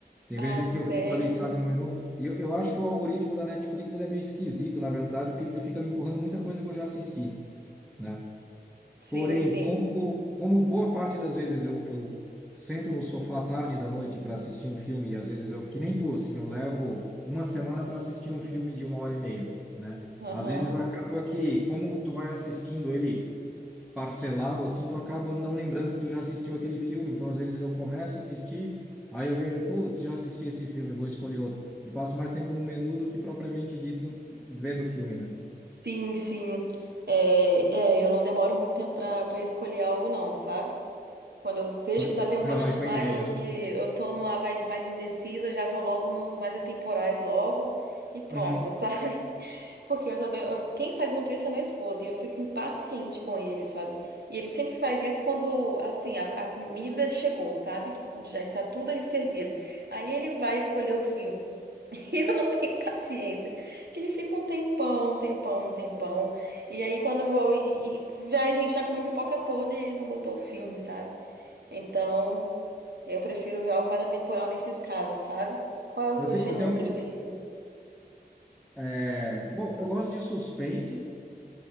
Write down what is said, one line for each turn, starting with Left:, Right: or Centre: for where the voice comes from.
Centre: Tem
Right: Ah,
Centre: vezes
Right: você.
Centre: que eu fico ali, sabe, no menu. E eu, eu acho que o algoritmo da Netflix ele é meio esquisito, na verdade, porque ele fica me empurrando muita coisa que eu já assisti, né?
Right: Sim,
Centre: Porém,
Right: sim.
Centre: como, como boa parte das vezes eu, eu sento no sofá à tarde da noite para assistir um filme, e às vezes eu, que nem tu, assim, eu levo uma semana para assistir um filme de uma hora e meia, né?
Right: Aham.
Centre: Às vezes acaba que, como tu vai assistindo ele parcelado assim, tu acaba não lembrando que tu já assistiu aquele filme. Então, às vezes eu começo a assistir, aí eu vejo, putz, já assisti esse filme, vou escolher outro. E passo mais tempo no menu do que propriamente dito vendo o filme, né?
Right: Sim, sim. É, é, eu não demoro muito tempo pra para escolher algo, não, sabe? Quando eu vejo
Centre: Tu já
Right: que tá demorando
Centre: tu já vai
Right: demais
Centre: com a ideia,
Right: ou que
Centre: né?
Right: eu tô numa vibe mais indecisa, eu já vou logo nos mais atemporais logo e pronto,
Centre: Uhum.
Right: <laughs> sabe? Porque eu também, eu- quem faz muito isso é meu esposo e eu fico impaciente com ele, sabe? E ele sempre faz isso quando, assim, a, a comida chegou, sabe? Quando já está tudo ali servido. Aí ele vai escolher o filme. <laughs> E eu não tenho paciência, que ele fica um tempão, um tempão, um tempão. E aí quando eu vou e, e já a gente já comeu pipoca toda e ele não botou o filme, sabe? Então, eu prefiro ver algo mais atemporal nesses casos, sabe? Qual é o
Centre: Eu,
Right: seu
Centre: te,
Right: gênero
Centre: eu tenho.
Right: preferido?
Centre: é, Bom, eu gosto de suspense,